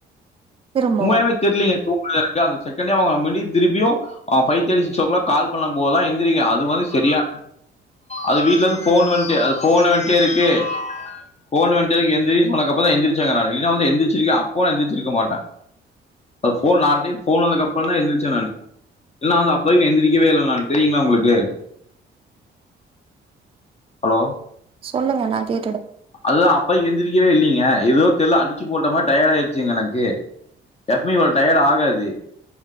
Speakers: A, on the right; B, on the left.
A: திரும்பவு
B: உம்மயவே தெரிலீங்க தூ <unintelligible> அந்த செக்கண்டே அவ மறுடியு திருப்பியு ஆ five thirty six o'clock call பண்ணம்போதுதா எந்திரிக்கிற அது வந்து சரியா அது வீட்லருந்து ஃபோன் வந்ட்டு அது ஃபோனு வந்ட்டே இருக்கு ஃபோன் வந்ட்டே இருக்கு எந்திரினு சொன்னதுக்கப்புறந்தா எந்திரிச்சங்க நானு இல்லினா வந்து எந்திரிச்சிருக்கவே அப்பவு நா எந்திச்சிருக்க மாட்ட அது ஃபோன் நாலு டைம் ஃபோன் வந்ததுக்கு அப்புறந்தா எந்திரி ச்ச நானு இல்ல நா வந்து அப்ப வரைக்கி நா எந்திரிக்கவே இல்ல நானு தெரியுங்களா உங்களுக்கு ஹலோ
A: சொல்லுங்க நா கே
B: அதுதா அப்ப வரைக்கி எந்திரிக்கவே இல்லிங்க எதோ தெர்ல அடிச்சு போட்ட மாரி டயேடு ஆய்ருச்சுங்க எனக்கு எப்மே இவ்ளவு டயேடு ஆகாது